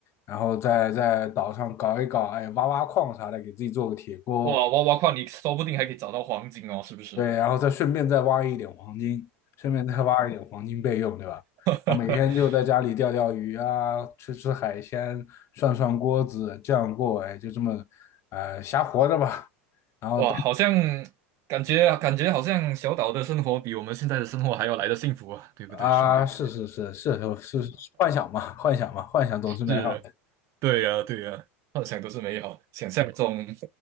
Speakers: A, on the left; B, on the right.
A: 然后再在岛上搞一搞，哎，挖挖矿啥的，给自己做个铁锅，
B: 哇挖挖矿，你说不定还可以找到黄金哦，是不是？
A: 对，然后再顺便再挖一点黄金，顺便再挖一点黄金备用，对吧？
B: <laughs>
A: 啊，每天就在家里钓钓鱼啊，吃吃海鲜，涮涮锅子，这样过，哎，就这么，呃，瞎活着吧。然后
B: 哇，好像感觉感觉好像小岛的生活比我们现在的生活还要来的幸福啊，对不对，
A: 啊，
B: 兄弟？
A: 是是是是是是，幻想嘛，幻想嘛，幻想总是美好的。
B: 是，对呀，对呀，幻想都是美好的，想象中